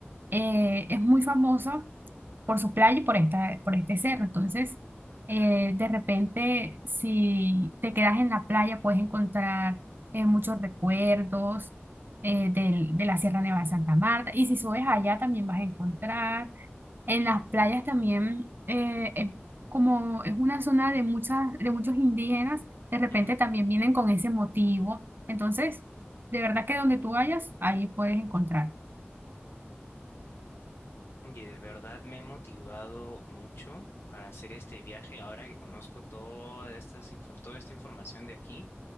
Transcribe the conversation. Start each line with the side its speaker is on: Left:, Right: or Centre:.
Right: eh, es muy famosa por su playa y por esta, por este cerro. Entonces, eh, de repente, si te quedas en la playa, puedes encontrar eh, muchos recuerdos eh, del- de la Sierra Nevada de Santa Marta. Y si subes allá, también vas a encontrar en las playas también eh, es como es una zona de muchas, de muchos indígenas, de repente
Left: ujú,
Right: también vienen con ese motivo. Entonces, de verdad que donde tú vayas, ahí puedes encontrar.
Left: ujú. Oye, de verdad me he motivado mucho para hacer este viaje ahora que conozco toda estas, infor- toda esta información de aquí